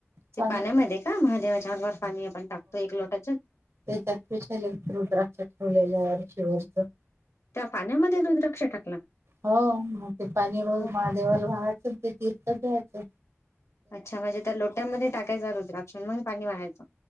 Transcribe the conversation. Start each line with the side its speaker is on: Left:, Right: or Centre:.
Left: ते
Right: चांगलं
Left: पाण्यामध्ये का, महादेवाच्या अंगावर पाणी आपण टाकतो एक लोटा जल.
Right: तेच्यात पेशल एक रुद्राक्ष ठेवलेलं आहे <unintelligible>
Left: त्या पाण्यामध्ये रुद्राक्ष टाक
Right: हो, मग ते पाणी रोज महादेवाला
Left: का?
Right: वहायचं ते अन तीर्थ घेयचं.
Left: अच्छा, म्हणजे त्या लोट्यांमध्ये टाकायचा रुद्राक्ष अन मग पाणी वाहायचं?